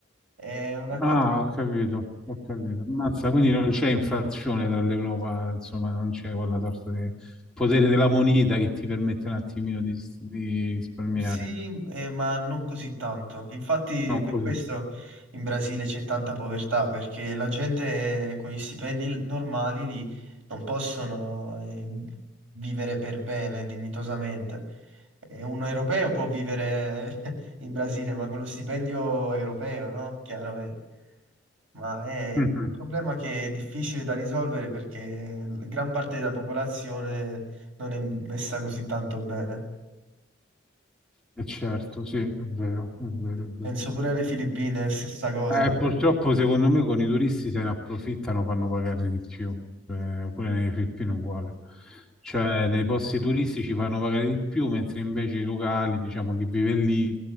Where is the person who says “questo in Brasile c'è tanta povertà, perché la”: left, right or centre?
Right